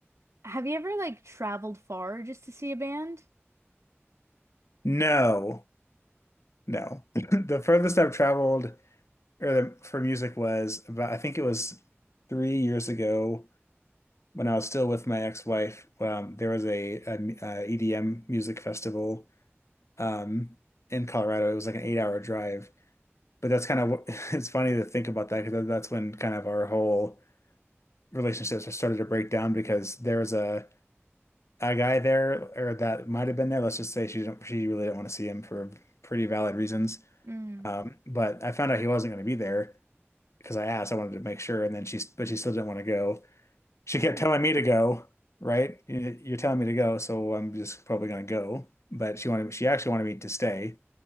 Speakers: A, on the right (about 80°); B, on the left (about 80°).
A: Have you ever like traveled far just to see a band?
B: no, no. <laughs> The furthest I've traveled or the, for music was about I think it was three years ago. when I was still with my ex-wife, um, there was a, a, a E D m- uh EDM music festival um, in Colorado. It was like an eight-hour drive, but that's kind of what <laughs> it's funny to think about that because that's when kind of our whole relationships started to break down because there was a a guy there or that might have been there. Let's just say she didn't, she really didn't want to see him for pretty valid reasons.
A: Mm.
B: Um, but I found out he wasn't going to be there because I asked. I wanted to make sure, and then she but she still didn't want to go. she
A: Oh.
B: kept telling me to go, right? You- You're telling me to go, so I'm just probably gonna go. But she wanted, she actually wanted me to stay